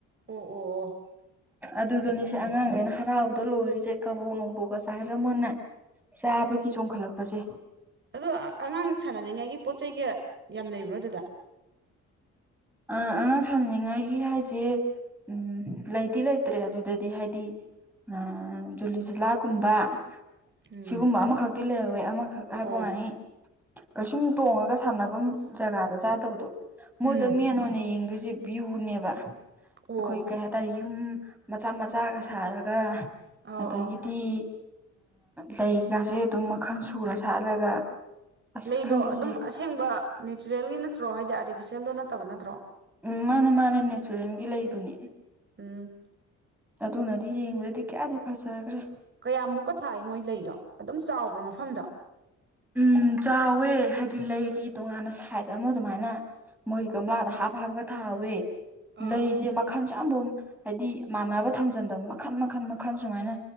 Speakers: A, on the right; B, in the centre.
A: ꯑꯣ ꯑꯣ ꯑꯣ
B: ꯑꯗꯨꯗꯨꯅꯤꯁꯦ ꯑꯉꯥꯡꯈꯩꯅ ꯍꯔꯥꯎꯕꯗꯣ ꯂꯣꯏꯔꯤꯁꯦ ꯀꯕꯣꯛ ꯅꯨꯡꯕꯣꯛꯀ ꯆꯥꯏ ꯍꯥꯏꯔꯝꯃꯣꯏꯅꯦ ꯆꯥꯕꯒꯤ ꯆꯣꯡꯈꯠꯂꯛꯄꯁꯦ
A: ꯑꯗꯣ ꯑꯉꯥꯡ ꯁꯥꯟꯅꯅꯤꯡꯉꯥꯏꯒꯤ ꯄꯣꯠ ꯆꯩꯒ ꯌꯥꯝ ꯂꯩꯕ꯭ꯔꯣ ꯑꯗꯨꯗ
B: ꯑ ꯑꯉꯥꯡ ꯁꯥꯟꯅꯅꯤꯡꯉꯥꯏꯒꯤ ꯍꯥꯏꯁꯦ ꯎꯝ ꯂꯩꯇꯗꯤ ꯂꯩꯇ꯭ꯔꯦ ꯑꯗꯨꯗꯗꯤ ꯍꯥꯏꯗꯤ ꯑ ꯖꯨꯂꯤ ꯂꯥꯒꯨꯝꯕ
A: ꯎꯝ
B: ꯁꯤꯒꯨꯝꯕ ꯑꯃꯈꯛꯇꯤ ꯂꯩꯍꯧꯋꯦ ꯑꯃꯈꯛ ꯍꯥꯏꯕ
A: ꯑꯣ
B: ꯃꯥꯅꯤ ꯀꯩꯁꯨꯝ ꯇꯣꯡꯉꯒ ꯁꯥꯟꯅꯐꯝ ꯖꯒꯥꯗ ꯆꯥꯗꯕꯗꯣ
A: ꯎꯝ
B: ꯑꯗ ꯃꯦꯟ ꯑꯣꯏꯅ ꯌꯦꯡꯗꯣꯏꯁꯦ ꯚ꯭ꯌꯨꯅꯦꯕ ꯑꯩꯈꯣꯏ
A: ꯑꯣ
B: ꯀꯩ ꯍꯥꯏꯇꯥꯔꯦ ꯌꯨꯝ ꯃꯆꯥ ꯃꯆꯥꯒ ꯁꯥꯔꯒ
A: ꯑꯣ
B: ꯑꯗꯒꯤꯗꯤ
A: ꯑꯣ
B: ꯂꯩꯒꯥꯁꯦ ꯑꯗꯨꯝ ꯃꯈꯜ ꯁꯨꯔ ꯁꯥꯠꯂꯒ ꯑꯁ
A: ꯂꯩꯗꯣ
B: ꯈꯪꯗꯦꯁꯦ
A: ꯑꯗꯨꯝ ꯑꯁꯦꯡꯕ ꯅꯦꯆꯔꯦꯜꯒꯤ ꯅꯠꯇ꯭ꯔꯣ ꯍꯥꯏꯗꯤ ꯑꯥꯔꯇꯤꯐꯤꯁꯦꯜꯗꯣ ꯅꯠꯇꯕ ꯅꯠꯇ꯭ꯔꯣ
B: ꯎꯝ ꯃꯥꯅꯦ ꯃꯥꯅꯦ ꯅꯦꯆꯔꯦꯜꯒꯤ ꯂꯩꯗꯨꯅꯦ
A: ꯎꯝ
B: ꯑꯗꯨꯅꯗꯤ ꯌꯦꯡꯕꯗꯗꯤ ꯀꯌꯥꯗꯤ ꯐꯖꯈ꯭ꯔꯦ
A: ꯀꯌꯥꯃꯨꯛꯀ ꯊꯥꯏ ꯃꯣꯏ ꯂꯩꯗꯣ ꯑꯗꯨꯝ ꯆꯥꯎꯕ꯭ꯔꯥ ꯃꯐꯝꯗꯣ
B: ꯎꯝ ꯆꯥꯎꯋꯦ ꯍꯥꯏꯗꯤ ꯂꯩꯒꯤ ꯇꯣꯉꯥꯟꯅ ꯁꯥꯏꯠ ꯑꯃ ꯑꯗꯨꯃꯥꯏꯅ ꯃꯣꯏ ꯀꯪꯂꯒꯝꯂꯥꯗ ꯍꯥꯞ ꯍꯥꯞꯒ ꯊꯥꯎꯋꯦ
A: ꯑꯥ
B: ꯂꯩꯁꯦ ꯃꯈꯟꯁꯨ ꯌꯥꯝꯐ ꯍꯥꯏꯗꯤ ꯃꯥꯟꯅꯕ ꯊꯝꯖꯤꯟꯗꯕ ꯃꯈꯟ ꯃꯈꯟ ꯃꯈꯟ ꯁꯨꯃꯥꯏꯅ